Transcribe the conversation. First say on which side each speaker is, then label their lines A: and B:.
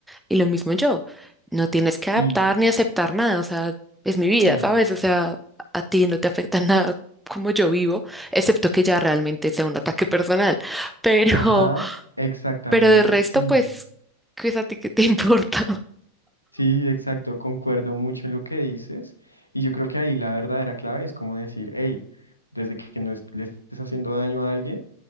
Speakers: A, in the centre; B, on the left (about 85°).
A: y lo mismo yo. No tienes que adaptar
B: sí,
A: ni aceptar nada, o sea, es mi vida,
B: sí,
A: ¿sabes? O sea, a ti no te afecta <laughs> nada como yo vivo, excepto que ya realmente sea un ataque personal. <laughs> Pero,
B: ajá, exactamente,
A: pero de resto,
B: sí.
A: pues, qué es a ti que te <laughs> importa.
B: Sí, exacto, concuerdo mucho en lo que dices y yo creo que ahí la verdadera clave es como decir, hey, desde que no es- le estés haciendo daño a alguien,